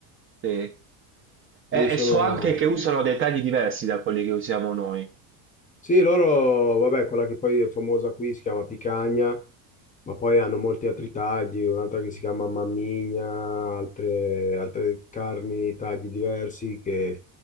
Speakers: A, on the right; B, on the left.
A: Sì. E, e
B: sì, sono...
A: so anche che usano dei tagli diversi da quelli che usiamo noi,
B: Sì, loro, vabbè, quella che poi è famosa qui si chiama picagna, ma poi hanno molti altri tagli, un'altra che si chiama mammigna, altre, altre carni, tagli diversi che,